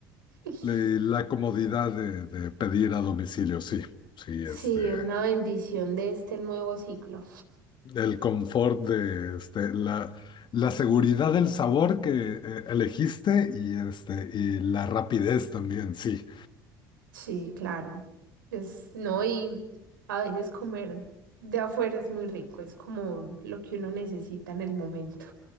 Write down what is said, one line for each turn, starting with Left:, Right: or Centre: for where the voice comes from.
Right: <laughs>
Left: Le- La comodidad de, de pedir a domicilio, sí. Sí,
Right: Sí,
Left: este,
Right: una bendición de este nuevo ciclo.
Left: el confort de este, la, la seguridad del sabor que eh, elegiste y, este, y la rapidez también, sí.
Right: Sí, claro. Es, no, y a veces comer de afuera es muy rico, es como lo que uno necesita en el momento.